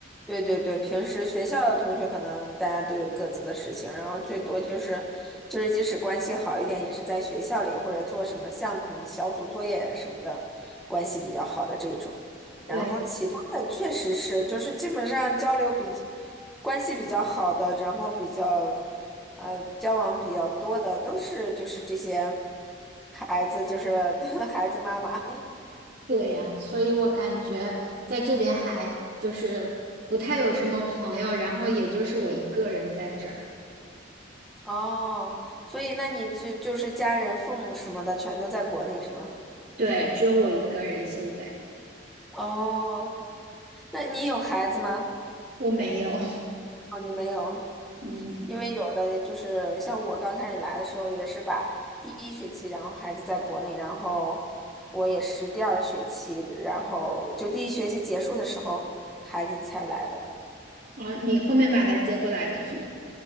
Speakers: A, in the centre; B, on the right (about 50°).
A: 对对对，平时学校的同学可能大家都有各自的事情，然后最多就是，就是即使关系好一点，也是在学校里或者做什么项目、小组作业什么的，关系比较好的这种。然后其他的确实是，
B: 对。
A: 就是基本上交流比关系比较好的，然后比较呃交往比较多的，都是就是这些孩子，就是 <laughs> 孩子妈妈。
B: 对呀，所以我感觉在这边还就是不太有什么朋友，然后也就是我一个人在这儿，
A: 哦，所以那你就就是家人、父母什么的全都在国内是吗？
B: 对，只有我一个人现在，
A: 哦，那你有孩子吗？
B: 我没有，
A: 哦，你没有，
B: <laughs> 嗯，
A: 因为有的就是像我刚开始来的时候，也是把第一学期，然后孩子在国内，然后我也是第二学期，然后就第一学期结束的时候，孩子才来的。
B: 哦，你后面把他接过来的是吗？